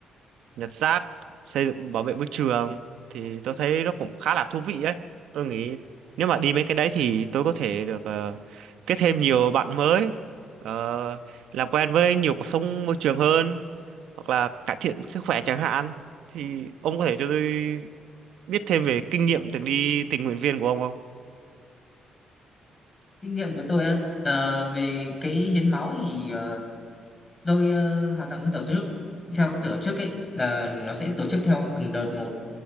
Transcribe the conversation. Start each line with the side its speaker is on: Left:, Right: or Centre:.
Right: nhặt rác xây dựng bảo vệ môi trường thì tôi thấy nó cũng khá là thú vị ấy tôi nghĩ nếu mà đi mấy cái đấy thì tôi có thể được ờ, kết thêm nhiều bạn mới ờ, làm quen với nhiều cuộc sống môi trường hơn hoặc là cải thiện sức khỏe chẳng hạn thì ông có thể cho tôi biết thêm về kinh nghiệm từng đi tình nguyện viên của ông không?
Left: kinh nghiệm của tôi á ờ, về cái hiến máu thì ờ, tôi ờ, hoạt động với tổ chức theo cái tổ chức ấy là nó sẽ tổ chức theo từng đợt một